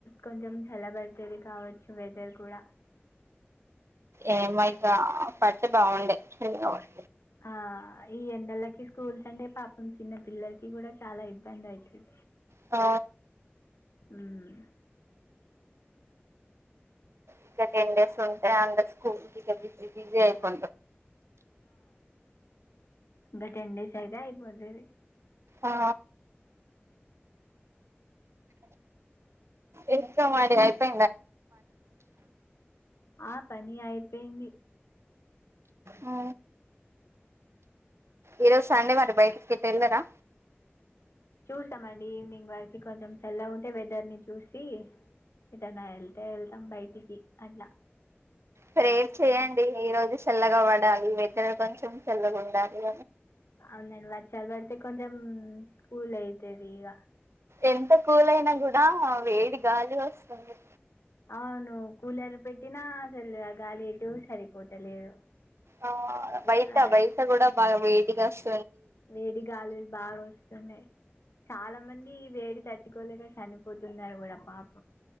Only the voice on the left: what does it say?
కొంచెం చలబడితేది కావచ్చు వెదర్ కుడ
ఆ ఈ ఎండలకి స్కూల్స్ అంటే పాపం చిన్న పిల్లలకి కూడా చాలా ఇబ్బంది అవుతుంది
మ్మ్
ఇకా టెన్ డేస్ అయితే అయిపోతుది
ఆ పని అయిపోయింది
చూసామండి ఈవినింగ్ వరకి కొంచెం చల్ల ఉంటే వెదర్ ని చూసి ఇద నా వెళ్తే వెళ్దం బా అలా
అవునండి వర్చ్చాలు పడితే కొంచెం కూల్ అయితుది ఇక
అవును కూలర్ పెట్టినా అసలు గాలి ఎటు సరిపోతలేదు
ఆ,
వేడి గాలులు బాగా వస్తున్నాయి చాలా మంది వేడి తట్టుకోలే క చనిపోతున్నారు కూడా పాప